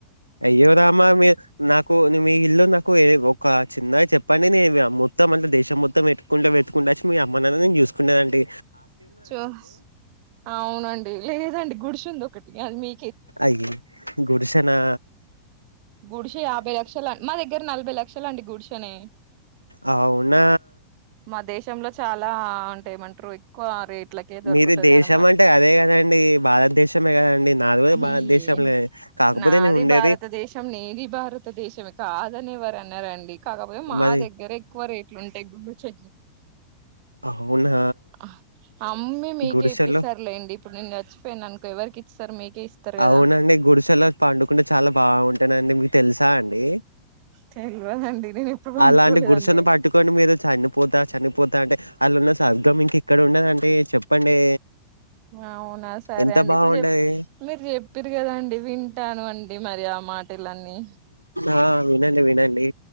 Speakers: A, on the right; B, on the right.
A: అయ్యో రామ్మ మీ నాకు మీ ఇల్లు నాకు ఒక చిన్నగా చెప్పండి నేను మొత్తం అంటే దేశం మొత్తం పెట్టుకుంట పెట్టుకుంటా వచ్చి మీ అమ్మ నేను చూసుకుంటానండి.
B: చూస్ అవునండి లేదదండి గుడ్చుంది ఒకటి గర్మీ
A: అయ్యో గుడిసనా
B: గుడిసె యాభై లక్షల మా దగ్గర నలభై లక్షలండి గుడిసెనే.
A: అవునా
B: మా దేశంలో చాలా అంటే ఏమంటారు ఎక్కువ రేట్ ట్లకే దొరుకుతది
A: మీది దేశం
B: అన్నమాట
A: అంటే అదే కదండి భారతదేశమే కదండి నాది కూడా
B: అయియే
A: భారతదేశంలే కాకపోతే
B: నాది
A: నేను ఉండేది
B: భారతదేశం నేది భారతదేశమే కాదనేవర అన్నారండి కాకపోతే మా
A: మాది
B: దగ్గర ఎక్కువ రేట్. ఉంటేగు చే
A: అవునా
B: ఆహ్ అమ్మీ మీకే
A: గుడిసెలో
B: ఇప్పిస్సారులేండి ఇప్పుడు నేను చచ్చిపోయిను అనుకో ఎవరికి. ఇస్తారు మీకే ఇస్తారు కదా
A: అవునండి గుడిసెలో పండుకుంటే చాలా బాగుంటుంది <unintelligible> తెలుసా అండి
B: తెల్వదండి నేను ఎప్పుడు వండుకోలేదండి
A: అలాంటి గుడిసెను పట్టుకని మీరు చనిపోతా చనిపోతా అంటే అలున్న ఇంకా మీకి ఇక్కడ ఉండదంటె చెప్పండి
B: అవునా సరే
A: ఎంత
B: అండి
A: బాగుంటది
B: ఇప్పుడు చెప్ మీరు చెప్పిరు కదండి వింటాను అండి మరి ఆ మాటలన్నీ
A: ఆ వినండి వినండి